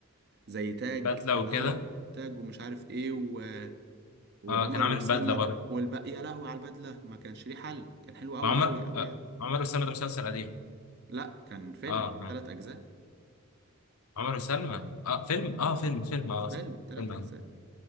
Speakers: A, on the right; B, on the left.
A: زي تاج
B: بدله
A: اللي
B: وكده
A: هو تاج ومش عارف ايه و... وعمر
B: اه كان عامل
A: وسلمى
B: بدله برضو
A: والباقي يا لهوي على البدلة ما كانش ليه حل كان حلو قوي
B: مع عمر
A: قوي قوي
B: آه
A: يعني
B: عمر وسلمى ده مسلسل قديم
A: لا كان فيلم
B: اه آه.
A: ثلاث اجزاء
B: عمر وسلمى اه فيلم اه فيلم فيلم اه صح
A: فيلم ثلاث
B: فيلم اه
A: اجزاء